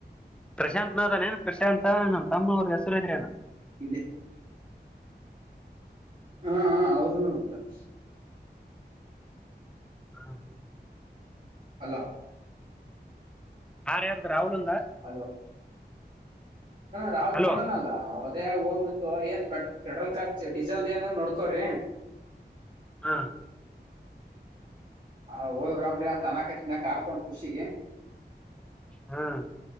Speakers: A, in the centre; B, on the right.
A: ಪ್ರಶಾಂತನು ಅದಾಎನ್ ಪ್ರಶಾಂತ ನಮ್ ತಮ್ಮ ಅವ್ರ ಹೆಸರು ಎನ
B: ಇದೇ ಹಾ ಹಾ ಅವ್ರನ ಬರ್ತಾರ್
A: ಹಾ
B: ಹಲೋ
A: ಹಾ ಹೇಳ್ರಿ ಸರ್ ರಾಹುಲ ದಾ
B: ಹಲೋ ರಾಹುಲ
A: ಹಲೋ
B: ತಗೊಂಡಾನಲ್ಲಾ ಅವತ್ತ ಅದೇ ಓಗೋನಂತ ಪೆಟ್ರೋಲ್ ಖರ್ಚ್ ಡೀಸೆಲ್ ಏನ್ ಅದ ನೋಡ್ಕೋರಿ
A: ಹ
B: ಹ ಹೋಗಿ ಬರೋಬ್ರಿ ಅಂತ ಅನಾಕತ್ತನರಿ ಕಾರ ತಗೊಂಡ ಖುಷಿಗೆ
A: ಹುಂ